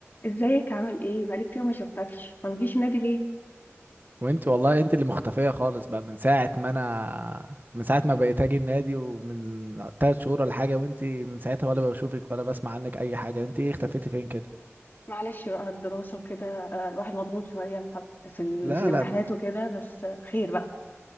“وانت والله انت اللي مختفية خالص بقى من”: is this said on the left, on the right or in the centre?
Right